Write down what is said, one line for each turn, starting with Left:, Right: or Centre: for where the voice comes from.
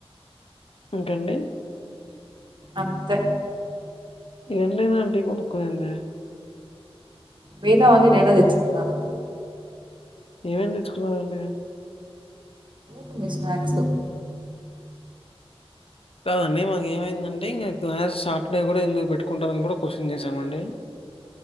Left: అంతే అండి
Right: అంతే
Left: <inaudible> కొడుకున్నే
Right: మిగతా అన్నీ నేనే తెచ్చుకున్నాను
Left: ఏమేమి తెచ్చుకున్నారండి.
Right: కొన్ని స్నాక్స్
Left: కాదండి మాకేమైందంటే ఇంకా క్లాస్ సాటర్డే కూడా ఎందుకు పెట్టుకుంటామని కూడా క్వశ్చన్ చేశామండి